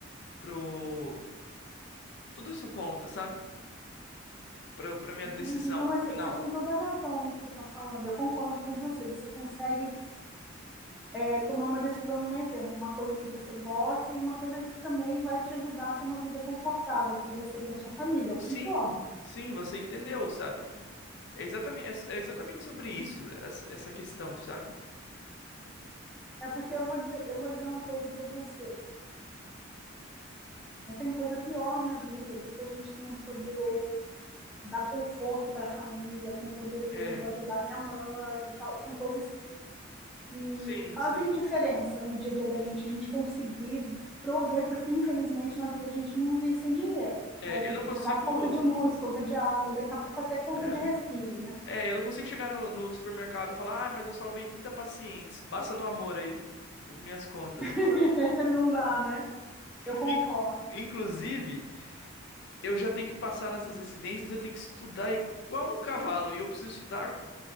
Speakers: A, on the left; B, in the centre.
A: pro, tudo isso conta, sabe? Pra, pra minha
B: Entendi.
A: decisão
B: Não, mas
A: final.
B: você tem toda a razão no que você está falando. Eu concordo com você. Você consegue é tomar uma decisão no meio termo, uma coisa que você gosta e uma coisa que também vai te ajudar a ter uma vida confortável para você e para sua família. Eu
A: Sim,
B: concordo.
A: sim, você entendeu, sabe? É exatamente, é, é exatamente sobre isso, essa essa questão, sabe?
B: É porque eu vou dizer, eu vou dizer uma coisa para você. Não tem coisa pior na vida do que a gente não poder dar conforto para a família, não poder, por
A: É,
B: exemplo, ajudar minha mãe e tal. São coisas que que
A: sim,
B: fazem
A: sim.
B: diferença no dia a dia da gente, a gente conseguir prover, porque infelizmente na vida a gente não vive sem dinheiro,
A: É,
B: né? A gente
A: eu não
B: tem
A: consigo.
B: que pagar conta de luz, conta de água, daqui a pouco até conta
A: é.
B: de respiro, né?
A: É, eu não consigo chegar no, no supermercado e falar, ah, mas eu salvei 30 pacientes. Passa no amor aí, o- minhas contas.
B: <laughs> não dá, né? Eu concordo.
A: In- inclusive, eu já tenho que passar nessas residências, eu tenho que estudar igual um cavalo, e eu preciso estudar